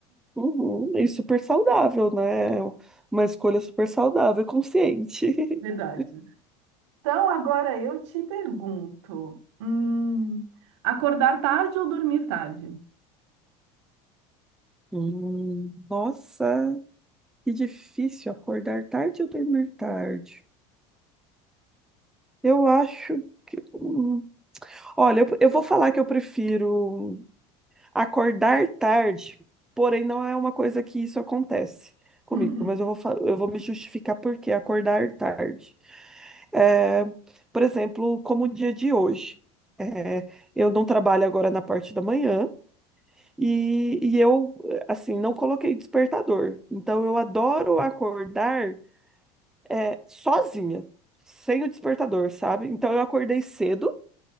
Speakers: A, in the centre; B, on the right (about 85°).
A: Uhum. E super saudável, né? Uma escolha super saudável e consciente.
B: Verdade.
A: <laughs>
B: Então, agora eu te pergunto, hum, Acordar tarde ou dormir tarde?
A: Hum, nossa, que difícil acordar tarde ou dormir tarde. Eu acho que. hum, Olha, eu, eu vou falar que eu prefiro. Acordar tarde, porém não é uma coisa que isso acontece comigo,
B: uhum,
A: mas eu vou, fa- eu vou me justificar por que acordar tarde. É, por exemplo, como o dia de hoje. É, eu não trabalho agora na parte da manhã e, e eu, assim, não coloquei despertador. Então, eu adoro acordar, é, sozinha, sem o despertador, sabe? Então, eu acordei cedo,